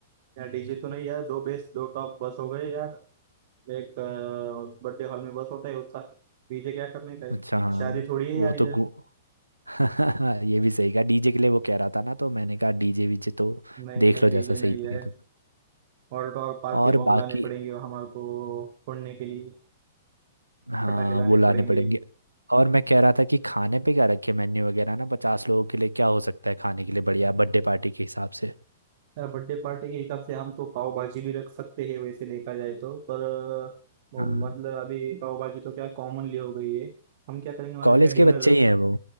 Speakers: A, on the right; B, on the right.
A: यार डीजे तो नहीं यार दो बेस दो टॉप बस हो गए यार एक बर्थडे हॉल में बस होता है उतना डीजे क्या करने का है?
B: अच्छा हाँ
A: शादी थोड़ी है
B: वो
A: यार
B: तो
A: इधर
B: अच्छा गु <laughs> ये भी सही कहा डीजे के लिए वो कह रहा था ना तो मैंने कहा डीजे वीजे तो
A: नहीं
B: देख
A: नहीं
B: लो
A: डीजे
B: जैसा सही
A: नहीं है
B: लगे तो
A: और तो और पार्टी
B: और
A: बॉम्ब
B: बाकी
A: लाने पड़ेंगे हमारे को फोड़ने के लिए
B: हाँ
A: पटाखे लाने
B: वो लाने
A: पड़ेंगे
B: पड़ेंगे और मैं कह रहा था कि खाने पे क्या रखे मेन्यू वगैरह ना पचास लोगों के लिए क्या हो सकता है खाने के लिए बढ़िया बर्थडे पार्टी के हिसाब से
A: यार बर्थडे पार्टी के हिसाब से हम तो पाव भाजी भी रख सकते हैं वैसे देखा जाए तो पर अ, वो
B: हाँ
A: मतलब अभी पाव भाजी तो क्या कॉमनली हो गई है हम क्या करेंगे मालूम
B: कॉलेज
A: है क्या डिनर
B: के बच्चे
A: रख
B: ही हैं वो